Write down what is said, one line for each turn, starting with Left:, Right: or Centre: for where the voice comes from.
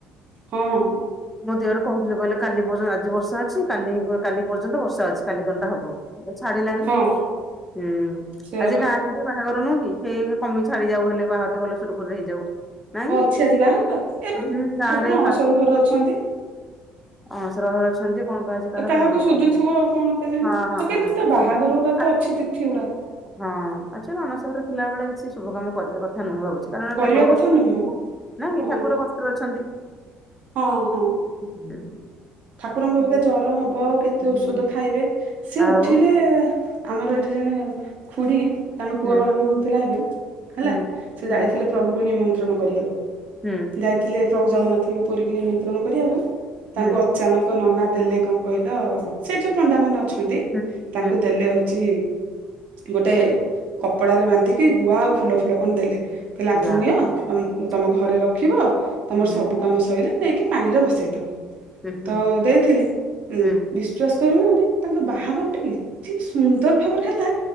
Right: ହଁ।
Centre: ମୋ ଦିଅର କହୁଥିଲେ କହିଲେ କାଲି ପର୍ଯ୍ୟନ୍ତ ଆଜି ବର୍ଷା ଅଛିା କାଲି ପର୍ଯ୍ୟନ୍ତ ବର୍ଷା ଅଛି କାଲି ଦିନଟା ହବ। ଛାଡିଲାଣି
Right: ହଁ
Centre: ହୁଁ
Right: ସେଇଆ
Centre: ଆଜି
Right: ପା
Centre: ଗାଁରୁ- ସେ ବାହାଘ ନୁହଁକି ସେଇ କମି ଛାଡି ଯାଉ ହେଲେ ବାହା ଘରଟି ଭଲ ସୁରୁଖରୁରେ ହେଇଯାଉ। ନାହି
Right: ଓ ଅଛି ଆଜି ବାହାଘର ଏବେ
Centre: ହଁ ଗାଁ
Right: ଠାକୁର
Centre: ରେ
Right: ଅଣସର
Centre: କାହାରକି?
Right: ଘରେ ଅଛନ୍ତି।
Centre: ହଁ ଶ ସଞ୍ଜି କଣ ପାଇଁ ଆଜି କାହାର
Right: କାହାକୁ
Centre: ବନେଇ ବାକୁ
Right: ସୁଜୁଥିବ
Centre: କହୁଥିଲେ
Right: ଆଉ କଣ କେଜାଣି
Centre: ହଁ ହଁ
Right: କିନ୍ତୁ
Centre: ହଁ
Right: ଏଟା
Centre: ଆକ୍ଚୃଲି
Right: ବାହାଘର ଗୁରା
Centre: ଆ
Right: ତ ଅଛି ତିଥି ଗୁଡା
Centre: ହଁ ଆକ୍ଚୃଲି ଅନଶହର ରେ ଥିଲା ବେଳେ କିଛି ଶୁଭ କାମ କରିବା କଥା ନୁହେଁ ଭାବୁଚି। କାରଣ
Right: କରିବା
Centre: ଠାକୁର କଷ୍ଟରେ
Right: କଥା ନୁହେଁ
Centre: ଅଛନ୍ତି, ନା ନାଇଁ
Right: ହଁ
Centre: କି ଠାକୁର କଷ୍ଟରେ ଅଛନ୍ତି।
Right: ହଁ ହଁ।
Centre: ହୁଁ। <unintelligible>
Right: ଠାକୁରଙ୍କୁ ବୋଧେ
Centre: ଯେହେତୁ
Right: ଜର ହବ କେତେ
Centre: ହୁଁ
Right: ଔଷଧ ଖାଇବେ ସେି
Centre: ଆଉ
Right: ଉଠିଲେ- ଆମର ଏଠି ଜଣେ ଖୁଡ଼ି ତାଙ୍କ
Centre: ହୁଁ
Right: ପୁଅ ବାହାଘର ହୋଉଥିଲା ଏବ, ହେଲା
Centre: ହୁଁ
Right: ସେ
Centre: ହୁଁ
Right: ଯାଇଥିଲେ। ପ୍ରଭୁଙ୍କୁ ନିମନ୍ତ୍ରଣ କରିବାକୁ।
Centre: ହୁଁ
Right: ଯାଇଥିଲେ ପ୍ରଭୁ ଜଗନ୍ନାଥଙ୍କ ପୁରୀକୁ ନିମନ୍ତ୍ରଣ କରିବାକୁ
Centre: ହୁଁ
Right: ତାଙ୍କୁ ଅଚାନକ ନନା ଦେଲେ କଣ କହିଲ ସେ ଯୋଉ ପଣ୍ଡା ମାନେ ଅଛନ୍ତି।
Centre: ହୁଁ
Right: ତାଙ୍କୁ
Centre: ହୁଁ
Right: ଦେଲେ ହଉଛି ଗୋଟେ କପଡ଼ାରେ ବାନ୍ଧିକି ଗୁଆ ଆଉ ଫୁଲ, ଫୁଲ କଣ ଦେଲେ। କହିଲେ ଆକୁ
Centre: ଯା
Right: ନିଅ
Centre: ହଉ ହୁଁ
Right: ତମ ଘରେ ରଖିବ ତମର
Centre: ହୁଁ
Right: ସବୁ କାମ ସରିଲ ଦେଇକି ପାଣିରେ ବସେଇବ
Centre: ହୁଁ
Right: ତ ଦେଇଥିଲେ। ହଁ
Centre: ହୁଁ
Right: ବିଶ୍ୱାସ କରିବୁନି ତାଙ୍କ ବାହାଘର ଟା ଏତେ ସୁନ୍ଦର ଭାବରେ ହେଲା।